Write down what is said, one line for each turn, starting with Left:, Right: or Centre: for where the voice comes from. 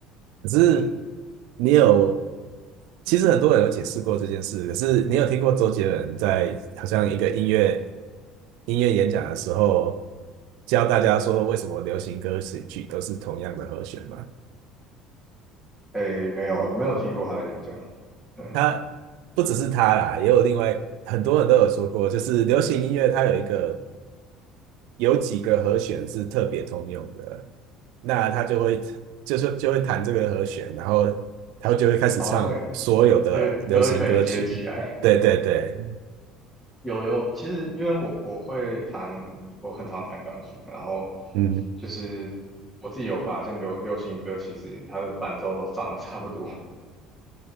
Right: 可是
Centre: 对
Right: 你有，其实很多人有解释过这件事。可是你有听过周杰伦在好像一个音乐音乐演讲的时候，教大家说为什么流行歌曲都是同样的和弦吗？
Centre: 诶，没有，我没有听过他的演讲。嗯，
Right: 他不只是他啦，也有另外很多人都有说过，就是流行音乐它有一个。有几个和弦是特别通用的，那他就会就是就会弹这个和弦，然后他就会开始唱所有的流行歌曲。
Centre: 哦，那那个歌可以接起来。
Right: 对对对，
Centre: 有有，其实因为我我会弹，我很常弹钢琴，然后
Right: 嗯，
Centre: 就是我自己有发现流流行歌其实它的伴奏都长得 <laughs> 差不多，